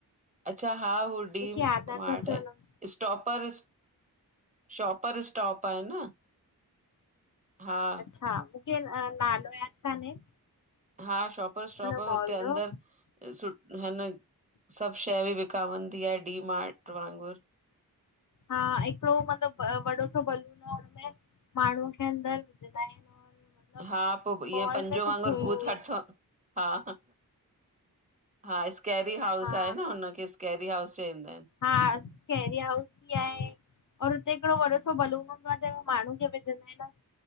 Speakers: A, on the right; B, on the left.
A: अच्छा हा हू
B: मूंखे
A: डीम
B: यादि नथो
A: मारट
B: अचे हुन
A: स्टॉपर शॉपर स्टॉप आहे न। हा
B: अच्छा मूंखे नालो यादि कान्हे।
A: हां शॉपर स्टॉपर
B: हुन मॉल
A: हुते अंदर
B: जो
A: सु हिन सभु शैइ बि विकामंदी आहे डी मार्ट वांगुरु
B: हा हिकिड़ो मतिलबु वॾो सो बलून आहे हुनमें माण्हूअ खे अंदरि विझंदा आहिनि। और मतिलबु
A: हा
B: ईअं
A: पोइ ईअ
B: मॉल
A: पंजो
B: में
A: वांगुर
B: कुझु हुयो
A: भूत हटथ
B: ईअं
A: हा ह हां स्केरी हाउस
B: हा
A: आहे न हुनखे स्केरी स्केरी हाउस चईंदा आहिनि।
B: हां स्कैेरी हाउस बि आहे। और हुते हिकड़ो वॾो सो बलून हूंदो आहे जंहिंमें माण्हू खे विझंदा आहिन।